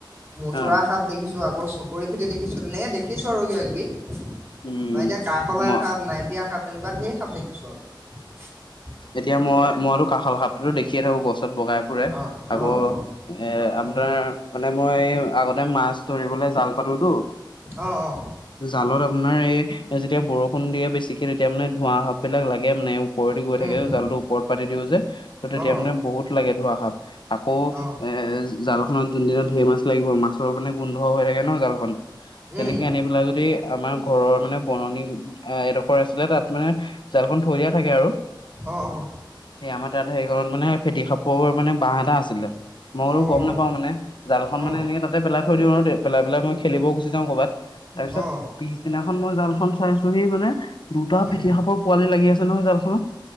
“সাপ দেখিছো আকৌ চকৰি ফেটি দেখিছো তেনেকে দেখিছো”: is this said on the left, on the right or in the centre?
Right